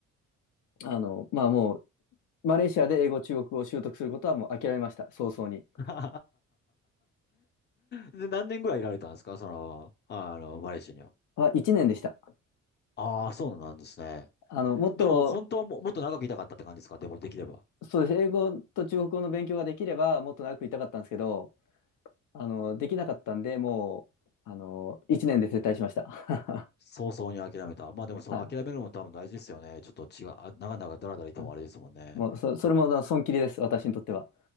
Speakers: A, on the left; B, on the left.
A: あの、まあもう、マレーシアで英語、中国語を習得することはもう諦めました、早々に。
B: <laughs> で、何年ぐらいいられたんですかその、あの、マレーシアには。
A: あ、1年でした。
B: ああ、そうなんですね。
A: あの、もっと、
B: でも、本当はも、もっと長くいたかったって感じですかでも、できれば。
A: そうです。英語と中国語の勉強ができれば、もっと長くいたかったんですけど、あの、できなかったんで、もう、あの、1年で撤退しました。<laughs>
B: 早々に諦めた。まあでもその諦めるのも多分大事ですよね。
A: はい。
B: ちょっと違う、あ、長々だらだらいてもあれですもんね。
A: はいもう、そ、それも、あの損切りです、私にとっては。